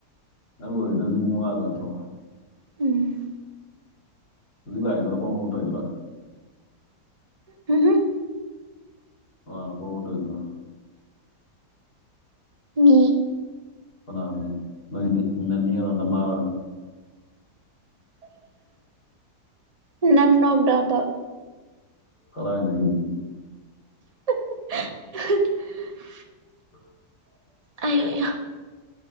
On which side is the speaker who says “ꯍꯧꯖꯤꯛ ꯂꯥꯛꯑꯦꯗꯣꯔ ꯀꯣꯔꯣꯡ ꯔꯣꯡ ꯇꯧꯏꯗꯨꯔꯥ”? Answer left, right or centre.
Left